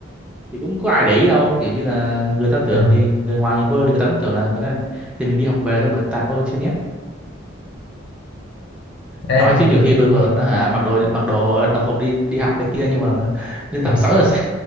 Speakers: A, in the centre; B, on the left.
A: thì cũng có ai để ý đâu kiểu như là người ta tưởng
B: ừ.
A: thì người ngoài nhìn vô thì người ta cũng tưởng là người ta thì mình đi học về thôi mà tạt vô trên net
B: thế
A: nói chứ nhiều
B: cũng
A: khi tôi còn hả, mặc đồ mặc đồ đồng phục đi đi học này kia nhưng mà đến tầm
B: ừ.
A: 6 giờ sáng,